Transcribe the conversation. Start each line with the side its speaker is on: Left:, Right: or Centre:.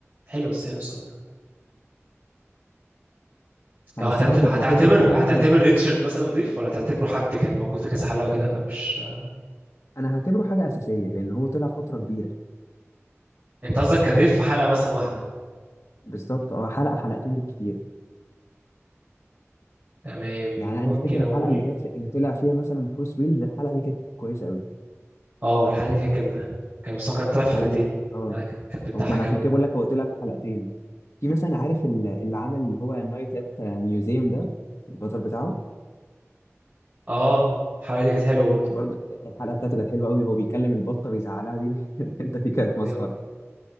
Right: حلو حلو السؤال ده لو
Left: انا
Right: هتعت-
Left: الصراحه
Right: هتعتبر
Left: كنت بحب الحلقه
Right: هتعتبر ريتشارد مثلا ضيف ولا تعتبره حد كان موجود في كذا حلقة وكده فمش آه،
Left: انا هعتبره حاجه اساسيه لان هو طلع فتره كبيره
Right: انت قصدك كضيف في حلقة مثلا واحدة
Left: بالظبط اه حلقه حلقتين بالكتير
Right: تمام
Left: يعني
Right: ممكن
Left: انا افتكر
Right: اقول
Left: الحلقه اللي جت اللي طلع فيها مثلا بروس ويلز الحلقه دي كانت كويسه قوي
Right: اه الحلقة دي كانت جامدة كان بس هو كان طلع
Left: الحلقه
Right: في حلقتين
Left: دي كانت اه
Right: يعني كان- كانت بتضحك
Left: هو ما انا عشان
Right: أوي
Left: كده بقول لك هو طلع في حلقتين في مثلا عارف ال- اللي عمل اللي هو نايت ات ميوزيوم ده البطل بتاعه
Right: اه الحلقة دي كانت حلوة برضه
Left: برضه الحلقه بتاعته كانت حلوه قوي هو بيكلم البطه بيزعلها دي <laughs> الحته دي كانت مسخره
Right: أيوه